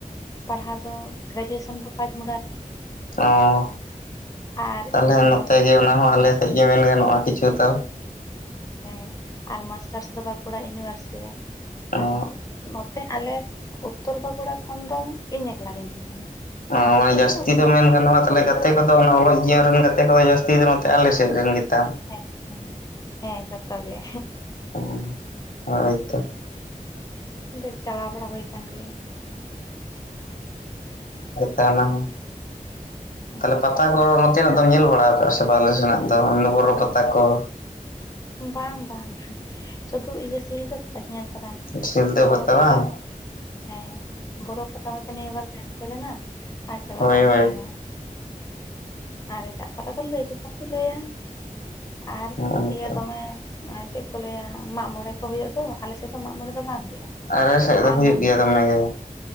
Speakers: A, on the left; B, on the left.
A: ᱯᱟᱲᱦᱟᱣ ᱫᱚ 'ᱜᱨᱮᱡᱩᱭᱮᱥᱚᱱ' ᱫᱚ 'ᱯᱟᱸᱪ ᱢᱚᱲᱟ' ᱨᱮ᱾
B: ᱚᱸ
A: ᱟᱨ
B: ᱛᱟᱦᱞᱮ
A: ᱤᱭᱟᱹ ᱫᱚ
B: ᱱᱚᱛᱮ ᱜᱮ, ᱚᱱᱟ ᱦᱚᱸ ᱟᱞᱮ
A: ᱢᱟ
B: ᱥᱮᱡ ᱜᱮ ᱢᱮᱱ ᱜᱟᱱᱚᱜᱼᱟ, ᱠᱤᱪᱷᱩ ᱫᱚ᱾
A: ᱦᱮᱸ, ᱟᱨ ᱢᱟᱥᱴᱟᱨᱥ ᱫᱚ 'ᱵᱟᱠᱩᱲᱟ ᱤᱱᱤᱣᱟᱨᱥᱤᱴᱤ' ᱨᱮ᱾
B: ᱚ
A: ᱟᱫᱚ ᱩᱸ ᱢᱚᱜ ᱛᱮᱜ ᱟᱞᱮ 'ᱩᱛᱛᱚᱨ ᱵᱟᱠᱩᱲᱟ' ᱠᱷᱚᱱ ᱫᱚ ᱤᱧ ᱮᱠᱞᱟ ᱜᱤᱧ ᱛᱷᱮᱸ ᱠᱟᱱᱟ᱾
B: ᱚᱱᱟ
A: ᱟᱨ ᱡᱚᱛᱚ
B: ᱢᱟᱱᱮ ᱡᱟᱹᱥᱛᱤ
A: ᱜᱮ ᱫᱚᱠᱷᱤᱱ
B: ᱫᱚ ᱢᱮᱱ ᱜᱟᱱᱚᱜᱼᱟ ᱛᱟ ᱛᱟᱞᱮ ᱜᱟᱛᱮ ᱠᱚᱫᱚ, ᱚᱱᱟ ᱚᱞᱚᱜ ᱡᱤᱭᱚᱱ ᱨᱮᱱ ᱜᱟᱛᱮ ᱠᱚᱫᱚ, ᱡᱟᱹᱥᱛᱤ ᱫᱚ ᱱᱚᱛᱮ ᱟᱞᱮᱥᱮᱜ ᱨᱮᱱ ᱜᱮ ᱛᱟᱢ!
A: ᱦᱮᱸ, ᱮᱸ ᱦᱮᱸ, ᱡᱚᱛᱚ ᱜᱮ᱾
B: ᱩᱸ ᱦᱳᱭ ᱛᱚ᱾
A: ᱰᱮ ᱪᱟᱞᱟᱣ ᱵᱟᱲᱟ ᱦᱩᱭ ᱠᱟᱱ ᱜᱮᱭᱟ᱾
B: ᱛᱮ ᱚᱱᱟ ᱦᱚᱸ
A: ᱦᱩᱸ᱾
B: ᱛᱟᱞᱮ ᱯᱟᱛᱟ ᱠᱚᱨ ᱛᱮᱱᱟᱜ ᱫᱚᱢ ᱧᱮᱞ ᱵᱟᱲᱟᱣ ᱠᱟᱜᱼᱟ ᱥᱮ ᱵᱟᱞᱮ ᱥᱮᱱᱟᱜ ᱫᱚ, ᱩᱱ ᱫᱚ 'ᱵᱚᱨᱚ ᱯᱟᱟᱛᱟ' ᱠᱚ?
A: ᱵᱟᱝ-ᱵᱟᱝ ᱥᱩᱫᱷᱩ ᱤᱭᱟᱹ 'ᱥᱤᱞᱫᱷᱟᱹ' ᱯᱟᱛᱟ ᱧᱮᱞ᱾ ᱠᱟᱫᱟᱦ
B: ᱥᱤᱞᱫᱟᱹ
A: 'ᱵᱚᱨᱚ ᱯᱟᱛᱟ'
B: ᱵᱟᱝ
A: ᱦᱚᱸ ᱦᱮᱸ, 'ᱵᱚᱨᱚ ᱯᱟᱛᱟᱶᱚᱥ' ᱮ ᱱᱤᱭᱟᱹ ᱵᱟᱨ ᱠᱮᱱᱥᱮᱞᱮᱱᱟ ᱟᱨ ᱪᱟᱞᱟᱣ
B: ᱦᱳᱭ
A: ᱵᱟᱝ
B: ᱦᱳᱭ
A: ᱦᱩᱭ ᱞᱮᱱᱟ᱾ ᱟᱨ ᱮᱴᱟᱜ 'ᱯᱟᱛᱟ' ᱫᱚ ᱞᱟᱹᱭ ᱜᱮ ᱯᱟᱠᱚ ᱞᱟᱹᱭᱟ ᱟᱨ
B: ᱦᱚᱸᱜᱼᱚᱭ
A: ᱤᱭᱟᱹ
B: ᱛᱚ
A: ᱮᱸᱦ ᱚᱶᱮ ᱪᱮᱜ ᱠᱚ ᱞᱟᱹᱭᱟ, 'ᱢᱟᱜ ᱢᱚᱬᱮ' ᱠᱚ ᱦᱩᱭᱩᱜ ᱫᱚᱻ, ᱟᱞᱮ ᱥᱮᱫ ᱫᱚ, 'ᱢᱟᱜ ᱢᱚᱬᱮ' ᱫᱚ ᱵᱟᱝ ᱦᱩᱭᱩᱜᱼᱟ᱾
B: ᱟᱨᱮ ᱥᱮᱜ ᱫᱚ
A: ᱟᱨ
B: ᱦᱩᱭᱩᱜ
A: ᱢᱟᱜ
B: ᱜᱮᱭᱟ
A: ᱢᱚᱬᱮ
B: ᱫᱚᱢᱮ ᱜᱮ᱾